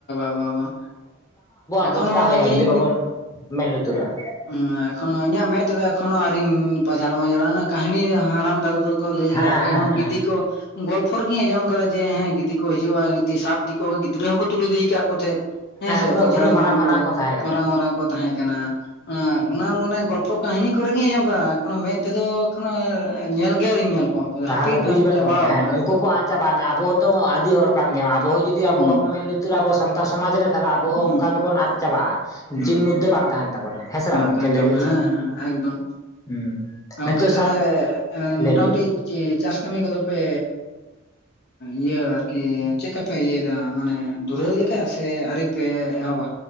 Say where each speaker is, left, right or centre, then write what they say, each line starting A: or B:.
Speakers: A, on the left (about 50°); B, on the left (about 15°).
A: ᱵᱟ, ᱵᱟ ᱮᱠᱷᱚᱱᱳ
B: ᱚᱵᱚᱥᱛᱟ ᱦᱩᱭᱩᱜᱼᱟ ᱡᱩᱫᱤ
A: ᱤᱧ
B: ᱵᱟᱵᱚᱱ ᱢᱮᱸᱫ ᱞᱩᱛᱩᱨᱟᱜᱼᱟ
A: ᱦᱮᱸ ᱮᱠᱷᱚᱱᱚ ᱤᱧᱟᱹᱜ ᱢᱮᱫ ᱛᱮᱫᱚ, ᱮᱠᱷᱚᱱᱚ ᱟᱨᱤᱧ ᱯᱟᱡᱷᱟᱲ ᱢᱟᱡᱷᱟᱲᱟ, ᱚᱱᱟ ᱠᱟᱹᱦᱱᱤ ᱦᱟᱲᱟᱢ ᱫᱟᱫᱩ ᱠᱚ ᱞᱟᱹᱭ
B: ᱦᱮᱸ
A: ᱠᱟᱜ-ᱟ,
B: ᱦᱮᱸ
A: ᱟᱯᱮ ᱦᱚᱸ
B: ᱦᱮᱸ
A: ᱜᱤᱫᱤ ᱠᱚ ᱜᱚᱞᱯᱷᱚ ᱨᱮᱜᱤᱧ ᱟᱸᱚᱢ ᱠᱟᱫᱟ, ᱡᱮ ᱡᱮ ᱦᱮᱸ ᱜᱤᱫᱤ ᱠᱚ ᱦᱤᱡᱩᱜᱼᱟ ᱜᱤᱫᱤ ᱥᱟᱵ ᱤᱫᱤ ᱠᱚ ᱜᱤᱫᱽᱨᱟᱹ ᱦᱚᱸᱠᱚ ᱛᱩᱞ ᱤᱫᱤ ᱠᱟᱫ ᱠᱚ ᱛᱟᱦᱮᱸᱫ ᱦᱮᱸ ᱥᱮ
B: ᱩᱱᱟᱹᱜ
A: ᱯᱟᱡᱷᱟᱲ
B: ᱩᱱᱟᱹᱜ ᱢᱟᱨᱟᱝ
A: ᱮᱢᱟᱱ
B: ᱢᱟᱨᱟᱝ
A: ᱠᱚ
B: ᱛᱟᱦᱮᱸ ᱠᱟᱱᱟ
A: ᱢᱟᱨᱟᱝ ᱢᱟᱨᱟᱝ ᱠᱚ ᱛᱟᱦᱮᱸ ᱠᱟᱱᱟ ᱚᱱᱟ ᱚᱱᱮ ᱜᱚᱞᱯᱷᱚ ᱠᱟᱹᱦᱤᱱᱤ ᱠᱚᱨᱮᱜᱤᱧ ᱟᱸᱡᱚᱢ ᱠᱟᱜᱟ ᱮᱠᱷᱚᱱᱳ ᱢᱮᱫ ᱛᱮᱫᱚ ᱠᱷᱚᱱ ᱚ ᱧᱮᱞ ᱜᱮ ᱟᱹᱨᱤᱧ ᱧᱮᱞ ᱠᱚᱣᱟ ᱩᱱᱠᱩ ᱫᱚ
B: ᱛᱟᱦᱚᱞᱮ
A: ᱦᱟᱹᱯᱤᱫᱱᱟ
B: ᱵᱩᱡ
A: ᱱᱟᱹᱯᱤᱫ
B: ᱵᱮᱱ
A: ᱪᱟᱵᱟᱶ
B: ᱜᱚᱝᱠᱮ ᱦᱮᱸ
A: ᱠᱟᱱᱟ
B: ᱩᱱᱠᱩ
A: ᱠᱚ ᱾
B: ᱟᱫ ᱪᱟᱵᱟᱭᱮᱱᱟ ᱟᱵᱚ ᱦᱚᱸᱛᱚ ᱟᱫᱤ ᱦᱚᱲ ᱠᱟᱱ ᱜᱮᱭᱟ ᱟᱵᱚ ᱦᱚᱸ ᱡᱩᱫᱤ ᱟᱵᱚ
A: ᱦᱩᱸ
B: ᱵᱟᱵᱚ ᱢᱮᱫ ᱞᱩᱛᱩᱨᱟ ᱟᱵᱚᱶᱟᱜ ᱥᱟᱱᱛᱟᱲ ᱥᱚᱢᱟᱡ ᱨᱮ ᱛᱟᱦᱚᱞᱮ ᱟᱵᱚ ᱦᱚᱸ
A: ᱦᱩᱸ
B: ᱚᱱᱠᱟ ᱜᱮ ᱵᱚᱱ ᱟᱫ ᱪᱟᱵᱟᱜ-ᱟ,
A: ᱦᱩᱸ
B: ᱪᱤᱱ
A: ᱦᱩᱸ
B: ᱢᱩᱫᱽᱫᱟᱹ ᱵᱟᱝ ᱛᱟᱦᱮᱱ ᱛᱟᱵᱚᱱᱟ, ᱦᱮᱸ ᱥᱮ ᱵᱟᱝ ᱜᱚᱝᱠᱮ
A: ᱛᱟᱦᱮᱱ
B: ᱞᱟᱹᱭᱵᱤᱱ
A: ᱛᱟᱵᱚᱱᱟ ᱦᱮᱸ
B: ᱥᱮ?
A: ᱮᱠᱫᱚᱢ,
B: ᱦᱩᱸ
A: ᱜᱚᱝᱠᱮ
B: ᱱᱤᱛᱚᱜ ᱥᱟᱵ
A: ᱛᱟᱦᱚᱞᱮ
B: ᱞᱟᱹᱭ
A: ᱢᱚᱴᱟᱢᱩᱴᱤ
B: ᱵᱤᱱ
A: ᱪᱮ ᱪᱟᱥ ᱠᱟᱹᱢᱤ ᱠᱚᱫᱚ ᱯᱮᱻ ᱤᱭᱟᱹ ᱟᱨᱠᱤ ᱪᱮᱜ ᱠᱟ ᱯᱮ ᱤᱭᱟᱹᱭᱮᱫᱟ ᱢᱟᱱᱮ ᱫᱷᱩᱨᱟᱹᱣ ᱞᱮᱠᱟ ᱥᱮ ᱟᱹᱣᱨᱤᱯᱮ ᱮᱦᱚᱵᱟ?